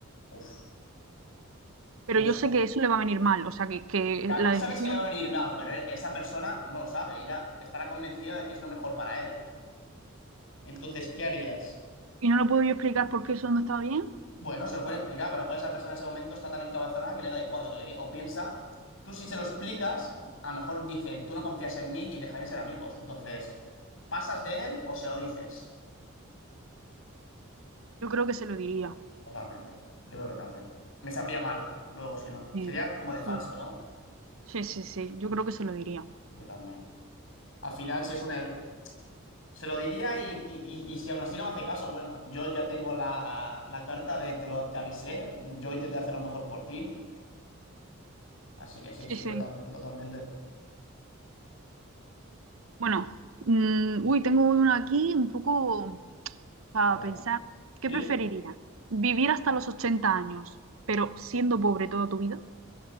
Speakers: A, on the left; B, on the right.
A: Uf,
B: Pero
A: uf,
B: yo sé
A: uf.
B: que eso le va a venir mal, o sea, que, que
A: Claro,
B: la
A: tú
B: decisión,
A: sabes que le va a venir mal, pero e, esa persona no lo sabe. Ella estará convencida de que es lo mejor para él. Entonces, ¿qué harías?
B: y no lo puedo yo explicar por qué eso no está bien,
A: Bueno, se lo puede explicar, pero a lo mejor esa persona en ese momento está tan encabezonada que le da igual lo que le diga. O piensa, tú si se lo explicas, a lo mejor dice, tú no confías en mí y dejáis de ser amigos. Entonces, ¿pasas de él o se lo dices?
B: yo creo que se lo diría.
A: Totalmente. Yo creo que también. Me sabría mal luego si no.
B: Sí,
A: Sería como de falso,
B: sí,
A: ¿no?
B: sí, sí, sí, yo creo que se lo diría.
A: Yo también. Al final, si es un... er- Se lo diría y, y- y- y si aún así no me hace caso, bueno, yo ya tengo la, la carta de te lo te avisé, yo intenté hacer lo mejor por ti, así que sí,
B: Sí,
A: sí,
B: sí.
A: yo también, totalmente.
B: Bueno, mm, uy, tengo uno aquí un poco para
A: Veré.
B: pensar.
A: ¿Sí?
B: ¿Qué preferiría? ¿Vivir hasta los 80 años, pero siendo pobre toda tu vida?